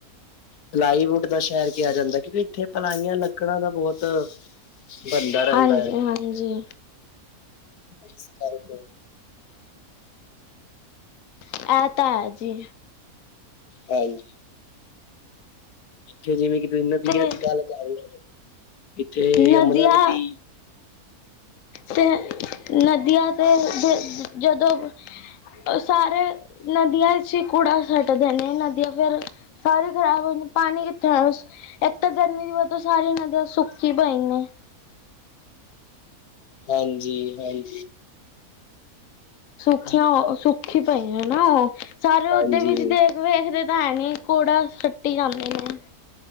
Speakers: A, on the left; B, on the left.
A: ਪਲਾਈਵੁੱਡ ਦਾ ਸ਼ਹਿਰ ਕਿਹਾ ਜਾਂਦਾ ਕਿਉਂਕਿ ਇੱਥੇ ਪਲਾਈਆਂ ਲੱਕੜਾਂ ਦਾ ਬਹੁਤ ਬੰਦਾ ਰਹਿੰਦਾ
B: ਹਾਂਜੀ
A: ਐ
B: ਹਾਂਜੀ
A: ਇਸ ਕਰਕੇ
B: ਇਹ ਤਾਂ ਹੈ ਜੀ।
A: ਹਾਂਜੀ ਇੱਥੇ ਜਿਵੇਂ ਕਿ ਤੁਸੀਂ ਨਦੀਆਂ
B: ਤੇ
A: ਦੀ ਗੱਲ ਕਰ ਲਓ ਇੱਥੇ
B: ਨਦੀਆਂ
A: ਯਮੁਨਾ ਨਦੀ
B: ਤੇ ਨਦੀਆਂ ਤੇ ਜਦੋਂ ਸਾਰੇ ਨਦੀਆਂ ਚ ਹੀ ਕੂੜਾ ਸੱਟਦੇ ਨੇ ਨਦੀਆਂ ਫਿਰ। ਸਾਰੇ ਖ਼ਰਾਬ ਹੋ ਜਾਂਦੀ ਪਾਣੀ ਕਿੱਥੇ ਉਸ ਇੱਕ ਤਾਂ ਗਰਮੀ ਦੀ ਵਰਤੋਂ ਸਾਰੀ ਨਦੀਆਂ ਸੁੱਕੀ ਪਈ ਨੇ।
A: ਹਾਂਜੀ ਹਾਂਜੀ,
B: ਸੁਖੀਆਂ
A: ਜਿਵੇਂ ਯਮੁਨਾ
B: ਸੁਖੀ
A: ਨਦੀ
B: ਪਈਆਂ ਹਨਾ ਉਹ ਸਾਰੇ
A: ਹਾਂਜੀ
B: ਉਹਦੇ ਵਿੱਚ ਤੇ ਵੇਖਦੇ ਤਾਂ ਹੈ ਨੀ ਕੂੜਾ ਸੱਟੀ ਜਾਂਦੇ ਨੇ।